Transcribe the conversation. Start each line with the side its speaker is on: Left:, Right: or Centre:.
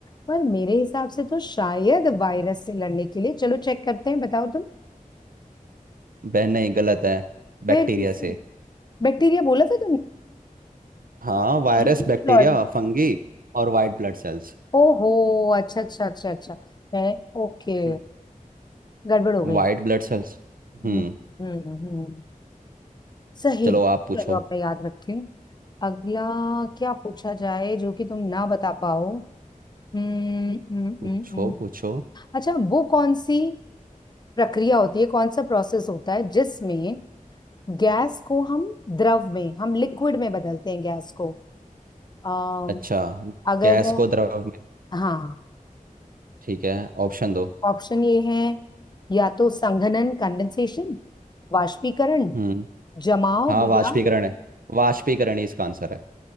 Left: पर मेरे हिसाब से तो शायद वायरस से लड़ने के लिए चलो चेक करते हैं बताओ तुम
Right: बहन नहीं गलत है
Left: फिर
Right: बैक्टीरिया
Left: किसी।
Right: से
Left: बैक्टीरिया बोला था तुमने
Right: हाँ वायरस
Left: <laughs>
Right: बैक्टीरिया
Left: सॉरी
Right: फंगी और वाइट ब्लड सेल्स
Left: ओहो अच्छा अच्छा अच्छा अच्छा मैं ओके
Right: हम्म
Left: गड़बड़ हो गई
Right: White blood cells हम्म
Left: हम्म हम्म हम्म, हम्म। सही
Right: चलो आप पूछो
Left: चलो अब मैं याद रखती हूँ अगला क्या पूछा जाए जो कि तुम ना बता पाओ हम्म हम्म
Right: पूछो
Left: हम्म हम्म।
Right: पूछो
Left: अच्छा वो कौन सी प्रक्रिया होती है कौन सा प्रोसेस होता है जिसमें गैस को हम द्रव में हम लिक्विड में बदलते हैं गैस को अम,
Right: अच्छा
Left: अगर
Right: गैस
Left: मैं
Right: को द्रव में
Left: हाँ
Right: ठीक है ऑप्शन दो
Left: ऑप्शन ये है या तो संघनन कंडेंसेशन वाष्पीकरण
Right: हम्म
Left: जमाव
Right: हाँ वाष्पीकरण
Left: या
Right: है वाष्पीकरण ही इसका आंसर है